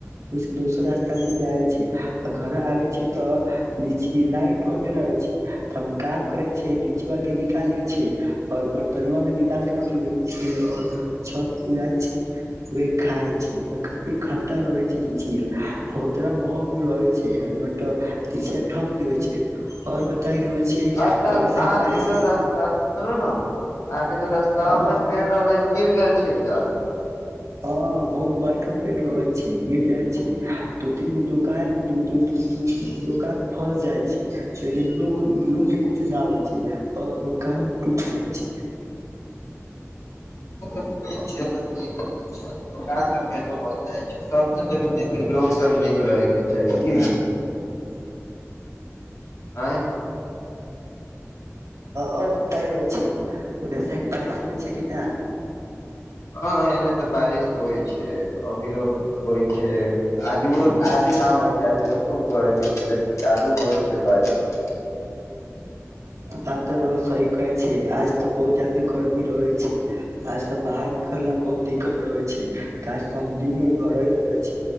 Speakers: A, on the right; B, on the left.
A: ओहिस दोसर रस तमे जाय छैय आ घर आ तऽ लीची लाइट कटे रहै छैय तऽ हम काज करे छ लीची के निकाल ले छ और बर्तनो भ निकाल के रख ले छ आओर छ जाइ छैय व खााय छैय तऽ काफी खाटा रहे छैय लीचिया ओतना महग रहे छैय हम त लीचिया ठक देे छैय और बताई रउआ छै
B: अ तऽ
A: रउआ साइड
B: अहाँके
A: बारिश
B: जो रास्ता सुनू ने आहाँ के जे रस्ता
A: ह
B: में पेड़ रहल हे उ गिर गेल छैय क्या
A: हँ बहुत बरका पेड़ रहै छैय गिर जाइ छैय दू तीन गो दोकान दूर दूर दोकान फस जाइ छैय लेकिन लोक लोक के कुछो नहि आबै छैय बस दोकान टूट जाइ छैय
B: <unintelligible> लोक सब नीक रहै के चाही की आँय
A: ह त हो छैय ओ सइड बारिश होइ छैय की न
B: ह एने तऽ बारिश होइ छैय अभी होइ छैय आजु आज न होइ छैय आज तऽ खूब गरमी छैय लेकिन चालू होइ छैय बारिश
A: भात र ब सह कहै छैय आज तऽ बहुत ज्यादे गर्मी रहे छैय आज सब बाहर निकलना मे बहुत दिक्कत रहे छैय आज त हम दिन भर घरे ही रहे छी